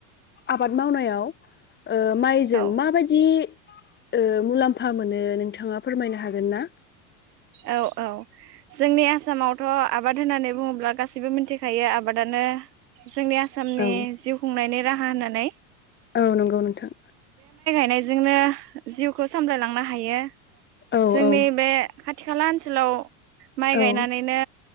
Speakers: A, on the left; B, on the right.
A: आबाद मावनायाव ओ माइजों
B: औ
A: माबायदि ओ मुलाम्फा मोनो नोंथाङा फोरमायनो हागोन ना
B: औ औ जोंनि आसामावथ' आबाद होननानै बुङोब्ला गासिबो मिन्थिखायो आबादानो जोंनि आसामनि
A: औ
B: जिउ खुंनायनि राहा होननानै
A: औ नोंगौ नोंथां
B: नायजोंनो जिउखौ सामलायलांनो हायो
A: औ
B: जोंनि
A: औ
B: बे खाथि खाला ओनसोलाव माइ
A: औ
B: गायनानैनो